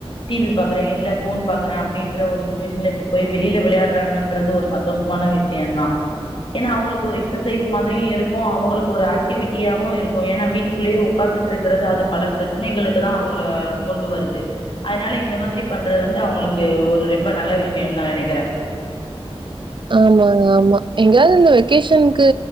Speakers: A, on the left (about 55°); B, on the right (about 50°).
A: டி வி பாக்குறே இல்ல ஃபோன் பாக்குறே அப்டின்ற ஒரு சுச்சுவேஷன்ல இப்ப போய் வெளில விளையாட்றாங்கன்றது ஒரு சந்தோஷமான விஷயம் தா ஏனா அவுங்களுக்கு ஒரு எக்சசைஸ் மாத்ரியு இருக்கு அவுங்களுக்கு ஒரு ஆக்டிவிட்டியாவு இருக்கு ஏனா வீட்டுக்குள்ளயே உக்காந்துட்ருக்கிறது அது பல பிரச்சனைகளுக்கு தா அவுங்கள கொண்டு வருது அதனால இந்த மாத்ரி பண்றது வந்து அவுங்களுக்கு ஒரு ரெம்ப நல்ல விஷயந்தா நெனைக்கிறே
B: ஆமாங்க ஆமா எங்கியாவ்து இந்த வெக்கேஷனுக்கு